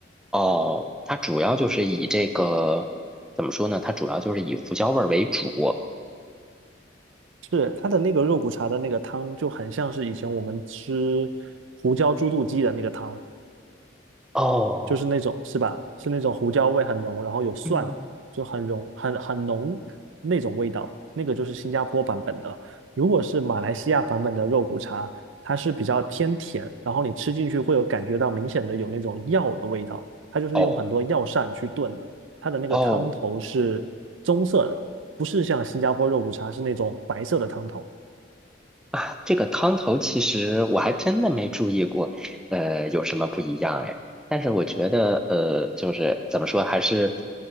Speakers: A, in the centre; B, on the right.
A: 哦，它主要就是以这个，怎么说呢？它主要就是以胡椒味儿为主。
B: 是它的那个肉骨茶的那个汤就很像是以前我们吃胡椒猪肚鸡的那个汤，
A: 哦，
B: 就是那种是吧？是那种胡椒味很浓，然后有蒜啊，
A: 嗯，
B: 就很浓很很浓那种味道，那个就是新加坡版本的。如果是马来西亚版本的肉骨茶，它是比较偏甜，然后你吃进去会有感觉到明显的有那种药的味道，它就是用很多药膳去炖的，
A: 哦，
B: 它的那个汤头是棕色的，
A: 哦，
B: 不是像新加坡肉骨茶是那种白色的汤头。
A: 啊，这个汤头其实我还真的没注意过，呃，有什么不一样哎？但是我觉得，呃，就是怎么说，还是